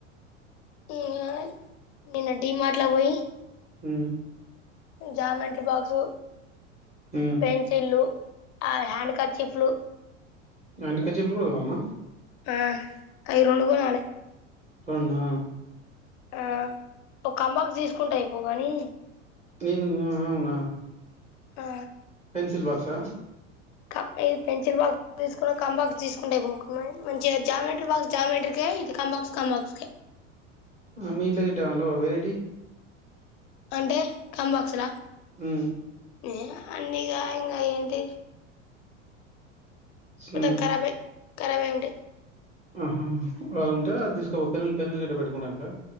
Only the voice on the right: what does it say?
ఉ
ఉమ్
హ్యాండ్ ఖర్చప్ లు కూడా కొన్నావా
రెండా
నేను అవునా
పేన్సిల్ బాక్సా
మీ ఇంట్లో గిట్ల ఉండవా వేరేటివి
ఉ
హ్మ్
ఆహా అది ఉంటే అది తీసుకో పెన్నులు పెన్నులు గిట్ట పెట్టుకోవడానికా